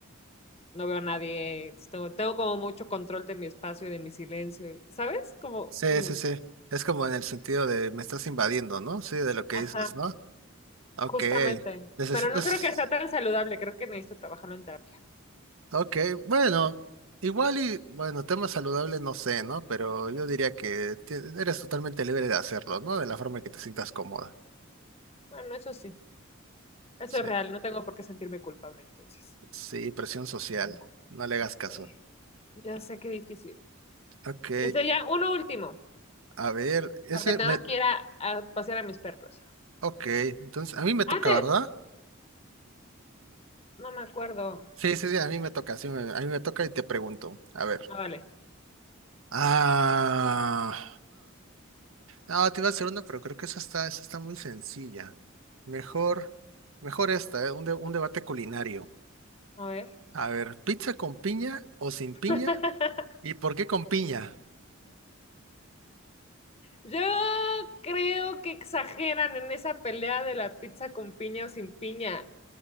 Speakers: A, on the left; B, on the right.
A: no veo a nadie, entonces tengo, tengo como mucho control de mi espacio y de mi silencio, y- ¿sabes? Como,
B: Sí,
A: mm,
B: sí, sí. Es como en el sentido de me estás invadiendo, ¿no? Sí, de lo que
A: ajá.
B: dices, ¿no? Ok.
A: Justamente.
B: Necesitas.
A: Pero no creo que sea tan saludable, creo que necesito trabajarlo en terapia.
B: Ok, bueno, igual y, bueno, tema saludable no sé, ¿no? Pero yo diría que ti- eres totalmente libre de hacerlo, ¿no? De la forma que te sientas cómoda.
A: Bueno, eso sí, eso
B: Sí,
A: es real, no tengo por qué sentirme culpable entonces.
B: sí, presión social.
A: ¿Cómo?
B: No le hagas
A: Ya sé,
B: caso.
A: ya sé qué difícil.
B: Ok,
A: Este ya, uno último,
B: a ver, ese
A: porque tengo
B: me.
A: que ir a, a pasear a mis perros.
B: Ok, entonces a mí me toca,
A: Antes,
B: ¿verdad?
A: no me acuerdo.
B: Sí, sí, sí, a mí me toca, sí, me- a mí me toca y te pregunto. A ver.
A: Ah, vale,
B: Ah. Ah, te iba a hacer una, pero creo que esa está, esa está muy sencilla. Mejor, mejor esta, ¿eh? Un, de- un debate culinario.
A: a ver.
B: A ver, ¿pizza con piña o sin piña?
A: <laughs>
B: ¿Y por qué con piña?
A: Yo creo que exageran en esa pelea de la pizza con piña o sin piña.